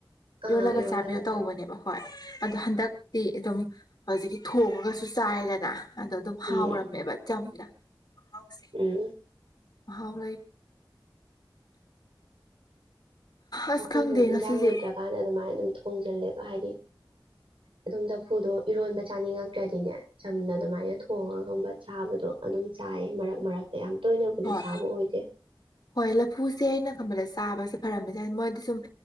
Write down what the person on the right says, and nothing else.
ꯑ
ꯏ ꯔꯣꯜꯂꯒ
ꯎꯝ
ꯎꯝ
ꯑꯩꯈꯣꯏꯁꯨ
ꯏꯟꯖꯥꯡ ꯂꯩꯇ꯭ꯔꯀꯥꯟꯗ ꯑꯗꯨꯃꯥꯏꯅ ꯑꯗꯨꯝ ꯊꯣꯡꯖꯜꯂꯦꯕ ꯍꯥꯏꯗꯤ ꯑꯗꯨꯝ ꯆꯐꯨꯗꯣ ꯏꯔꯣꯟꯕ ꯆꯥꯅꯤꯡꯉꯛꯇ꯭ꯔꯗꯤꯅꯦ ꯆꯝꯅ ꯑꯗꯨꯃꯥꯏꯅ ꯊꯣꯡꯉꯒ ꯒꯕ ꯆꯥꯕꯗꯣ ꯑꯗꯨꯝ ꯆꯥꯏꯌꯦ ꯃꯔꯛ ꯃꯔꯛꯇ ꯌꯥꯝ ꯇꯣꯏꯅꯕꯨꯗꯤ
ꯆꯥꯕ ꯑꯣꯏꯗꯦ